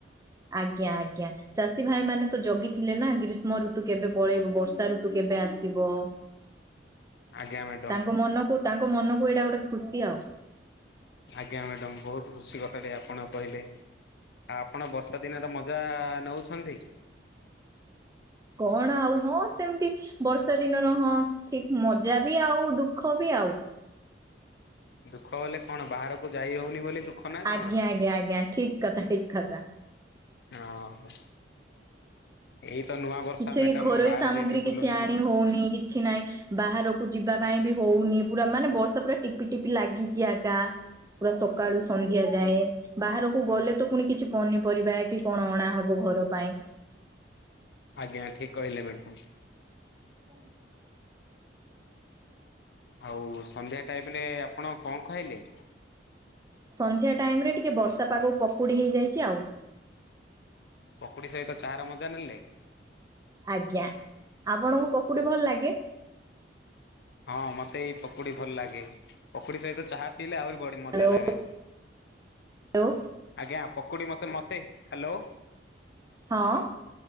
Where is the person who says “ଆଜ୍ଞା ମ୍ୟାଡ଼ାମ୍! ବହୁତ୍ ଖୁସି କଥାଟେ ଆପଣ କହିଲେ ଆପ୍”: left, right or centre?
Left